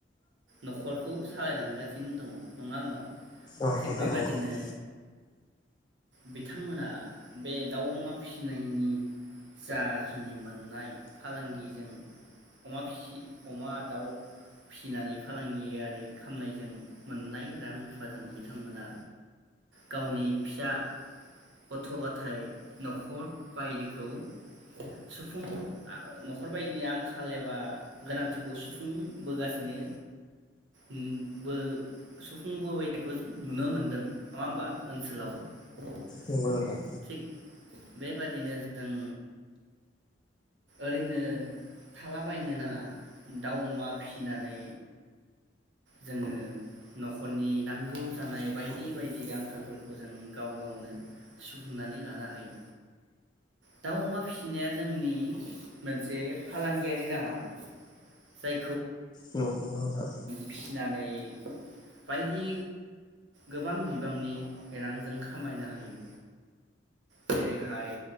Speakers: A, on the right (about 75°); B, on the left (about 25°).
A: नखरखौ सालायलांगासिनो दङ नङा होमबा?
B: औ
A: थिग
B: नोंथां
A: बेबादिनो
B: नंगौ
A: बिथांमोना बे दाउ अमा फिसिनायनि जाखिनि मोननाय फालांगिजों अमा फिसि अमा दाउ फिसिनानै फालांगियारि खामनायजों मोननाय रां रुफाजों बिथांमोना गावनि फिसा गथ गाथाय नखर बायदिखौ सुफुं आ अ नखर बायदिनि आंखाल एबा गोनांथिखौ सुफुंबोगासिनो ओम बो सुफुंबोबाय थानायखौ नुनो मोनदों नङा होमबा ओनसोलाव। <inaudible>
B: नंगौ नोंथां।
A: थिग बेबादिनो जों ओरैनो थालाबायनो नाङा दाउ अमा फिसिनानै जोङो नखरनि नांगौ जानाय बायदि बायदि आंखालफोरखौ जों गाव गावनो सुफुंनानै लानो हायो। दाउ अमा फिसिनाया जोंनि मोनसे फालांगियारि राहा जाय
B: औ नंगौ नोंथां
A: फिसिनानै बायदि गोबां बिबांनि रां जों खामायनो हायो। जेरैहाय